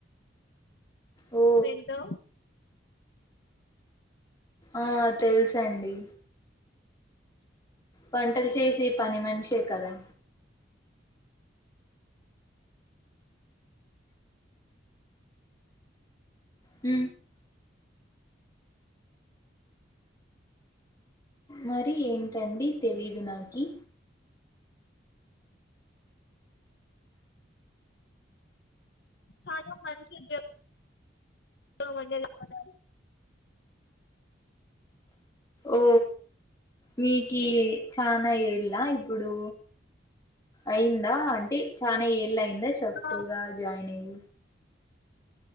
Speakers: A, on the left; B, on the left.
A: ఓ
B: ఏంటొ
A: ఆ తెల్సండి. వంటల్ చేసే పని మనిషే కదా ఉ మరి ఏంటండి తెలిది నాకి
B: చానా మంచిగ జెప్ ఓ వండర్ చెప్పాల
A: ఓ మీకీ చానా ఏ లా ఇప్పుడూ, అయిందా అంటే చానా ఏళ్లయిందా చెప్పు
B: ఆ
A: ఉగా జాయిన్ అయి